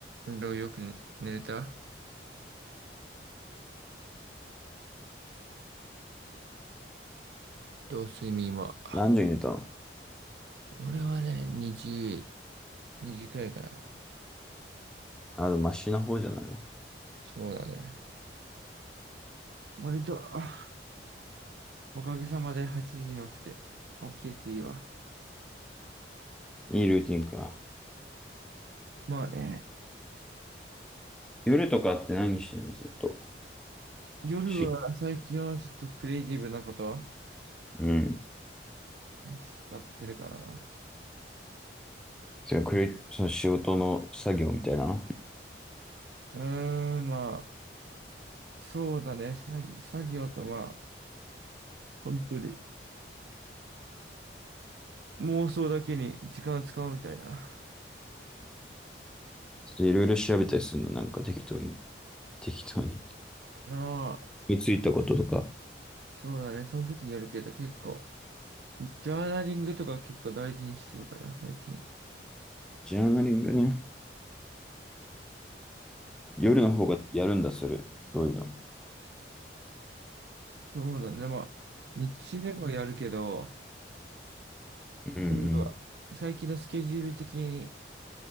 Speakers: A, on the right (about 65°); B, in the centre.
A: 運動よく寝れたどう睡眠は。
B: 何時に寝たの
A: 俺はね、2時、2時くらいかな。
B: あ、でもマシな方じゃないの。
A: そうだね。割と、あおかげさまで8時に起きて、起きれていいわ。
B: いいルーティンか。
A: まあね、
B: 夜とかって何してんのずっと。
A: 夜は最近はちょっとクリエイティブなこと
B: し、うん。
A: 使ってるかな。
B: そのクレ、その仕事の作業みたいな。
A: うーん、まあ、そうだね。作業、作業とまあ、本当に妄想だけに時間を使うみたいな。
B: ちょっといろいろ調べたりするの、なんか適当に。適当に。
A: ああ、
B: についたこととか。
A: そうだね。その時によるけど結構ジャーナリングとか結構大事にしてるから、最近。
B: ジャーナリングね。夜の方がやるんだ、
A: うん
B: それ。そういうの。
A: そうなんだ。まあ、日中でもやるけど、
B: うんうん。
A: 夜は最近のスケジュール的に